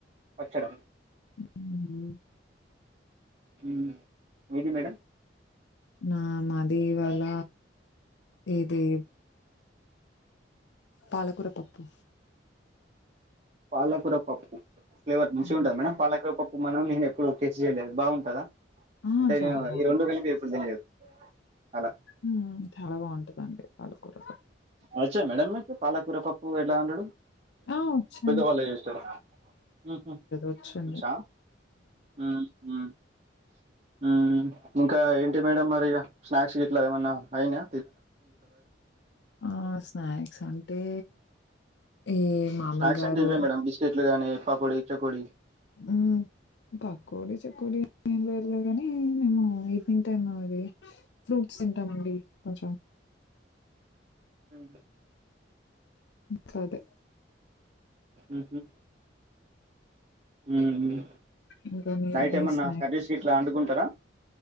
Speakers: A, on the right (about 35°); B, on the left (about 65°).
A: పచ్చడ
B: హ్మ్.
A: హ్మ్ మీది మేడం
B: నా మాది ఇవళ ఇది పాలకూర పప్పు
A: పాలకూర పప్పు ఫ్లేవర్ మంచుంటద
B: హ్మ్.
A: మేడం పాలకూర పప్పు ఇప్పుడు మనం నేను ఎప్పుడు టెస్ట్ చేయలేదు బాగుంటదా
B: ఆ!
A: అంటే
B: చాలా
A: నేను ఈ రెండు కలిపి ఎప్పుడు తినలేదు అలా
B: ఉమ్మ్ చాలా బాగుంటదండి పాలకూర పప్పు
A: వచ్చా మేడం మీకు పాలకూర పప్పు ఎట్లా వండుడు
B: ఆ వచ్చు
A: పాలయేసుడా ఉహ్
B: వచ్చండి.
A: వచ్చా హ్మ్ హ్మ్ ఉహ్ ఇంకా ఏంటి మేడం మరి ఇగ స్నాక్స్ గిట్లా ఏమన్నా అయ్నాయా
B: ఆ స్నాక్స్ అంటే ఈ మామూలుగా
A: స్నాక్స్ అంటే
B: రో
A: ఇవే మేడం బిస్కెట్లు గానీ పకోడి చెకోడి
B: ఉమ్ పక్కోడి చెక్కడి ఏంలేదులే కాని మేము ఈవినింగ్ టైం ఆవి ఫ్రూట్స్ తింటామండి కొంచెం
A: హ్మ్
B: కాదే
A: ఉహు ఉహ్
B: ఇంకా మీ
A: నైటేమన్నా
B: మీ స్నాక్
A: కర్వీస్ గిట్లా అండుకుంటారా